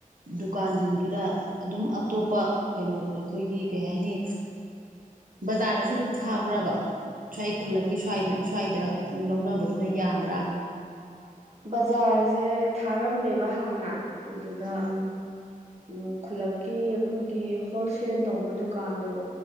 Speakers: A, on the right; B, on the right.
A: ꯗꯨꯀꯥꯟ ꯀꯥꯟꯁꯤꯡꯗꯨꯗ ꯑꯗꯨꯝ ꯑꯇꯣꯞꯄ ꯀꯩꯅꯣ ꯑꯩꯈꯣꯏꯒꯤ ꯀꯩ ꯍꯥꯏꯅꯤ ꯕꯖꯥꯔꯗꯁꯨ ꯑꯗꯨꯝ ꯊꯥꯕ꯭ꯔꯕ ꯁ꯭ꯋꯥꯏ ꯈꯨꯜꯂꯛꯀꯤ ꯁ꯭ꯋꯥꯏꯗ ꯁ꯭ꯋꯥꯏꯗ ꯁꯨꯝ ꯂꯧꯅꯕꯗꯨꯅ ꯌꯥꯕ꯭ꯔꯥ
B: ꯕꯖꯥꯔꯁꯦ ꯊꯥꯔꯝꯃꯦꯕ ꯍꯥꯟꯅ ꯑꯗꯨꯗ
A: ꯎꯝ
B: ꯎꯝ ꯈꯨꯜꯂꯛꯀꯤ ꯑꯩꯈꯣꯏꯒꯤ ꯍꯣꯜꯁꯦꯜ ꯇꯧꯕ ꯗꯨꯀꯥꯟꯗꯣ